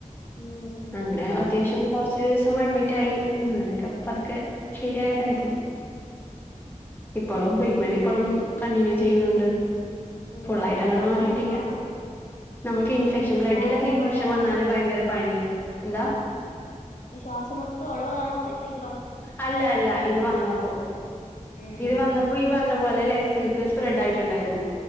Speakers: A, on the left (about 70°); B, on the left (about 15°).
A: ഉം
B: അങ്ങനെ അത്യാവശ്യം കൊറച്ച് ദിവസം അഡ്മിറ്റായി അങ്ങനൊക്കെ പത്ക്കെ ശരിയായതായിരുന്നു ഇപ്പോളും ട്രീറ്റ്മെന്റ് ഇപ്പോളും കണ്ടിന്യൂ ചെയ്യുന്നുണ്ട്
A: ഉം
B: ഫുൾ ആയിട്ട് അങ്ങോട്ട്
A: വന്ന്
B: മാറിട്ടില്ല
A: മാറാൻ ഭയങ്കര
B: നമുക്ക് ഇൻഫെക്ഷൻ
A: ഉം
B: ബ്ലഡിലൊക്കെ
A: ശ്വാസംമുട്ടുള്ളയാണോ
B: ഇൻഫെക്ഷൻ വന്നാല് ഭയങ്കര പണിയ എന്താ
A: ശ്വാസമൊട്ട് ഉള്ളതാണോ അതെപ്പ ഇ
B: അല്ല അല്ല ഇത് വന്നപ്പോ
A: ഉം
B: ഇത് വന്നപ്പോ ഈ പറഞ്ഞ <unintelligible> സ്പ്രഡ് ആയിട്ടുണ്ടായിരുന്നു